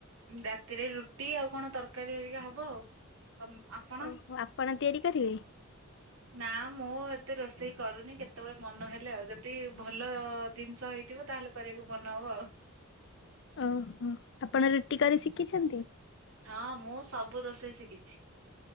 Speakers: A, on the right (about 80°); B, on the left (about 60°).
A: ରାତିରେ ରୁଟି ଆଉ କଣ ତରକାରୀ ହେରିକା ହବ ଆଉ। ତମ୍ ଆପଣ
B: ଓହୋ ଆପଣ ତିଆରି କରିବେ
A: ନା ମୁଁ ମୁଁ ତ ରୋଷେଇ କରୁନି କେତେବେଳେ ମନ ହେଲେ ଆଉ ଯଦି ଭଲ ଦିନିଷ ହେଇଥିବ ତାହେଲେ କରିବାକୁ ମନ ହବ ଆଉ।
B: ଓହୋ ଆପଣ ରୁଟି କରି ଶିଖିଛନ୍ତି?
A: ହଁ ମୁଁ ସବୁ ରୋଷେଇ ଶିଖିଛି ।